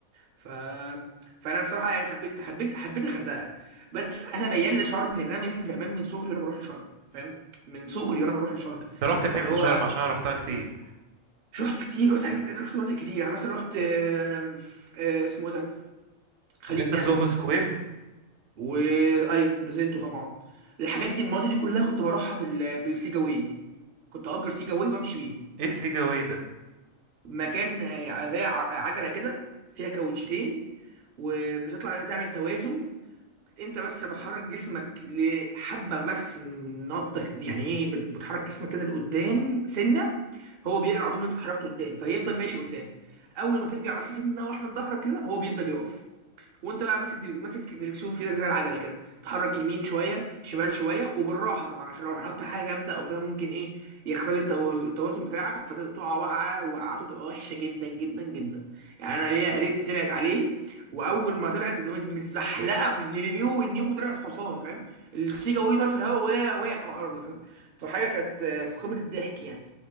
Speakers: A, on the right; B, on the right.
A: ف فانا الصراحه يعني حبيت حبيت حبيت الغردقه بس انا ميال لشرم لان انا من زمان من صغري وانا بروح لشرم فاهم من صغري وانا بروح لشرم
B: انت رحت
A: فاللي
B: فين في
A: هو
B: شرم عشان انا رحتها كتير
A: رحت كتير رحت حاجات- رحت مناطق كتير يعني مثلا رحت آه، آه، اسمه إيه ده خليج
B: نزلت
A: نعمة
B: سوهو سكوير
A: وايوه نزلته طبعا الحاجات دي المناطق دي كلها كنت بروحها بال... بالسيجاوي كنت اجر سيجاوي وامشي بيه
B: ايه السيجا واي ده
A: مكان آه، زي ع- عجله كده فيها كاوتشتين وبتطلع عليها تعمل توازن انت بس بتحرك جسمك لحبه بس نقطه يعني ايه بت- بتحرك جسمك كده لقدام سنه هو بيقرا على طول إن انت اتحركت قدام فيفضل ماشي قدام اول ما ترجع بس سنه واحده لظهرك كده هو بيفضل يقف وانت بقى ماسك دي- ماسك دريكسيون في ايدك زي العجله كده تحرك يمين شويه شمال شويه وبالراحه طبعا عشان لو حركت حاجه جامده او كده ممكن ايه يختل التوازن التوازن بتاعك فتقع وقعه وقعته تبقى وحشه جدا جدا جدا يعني انا ليا قريبتي طلعت عليه واول ما طلعت قامت متزحلقه بالجليبيه والنيو وطلعت حصان فاهم السيجا وهي طار في الهواء وهي وقعت على الارض فاهم فحاجه كانت آه، في قمه الضحك يعني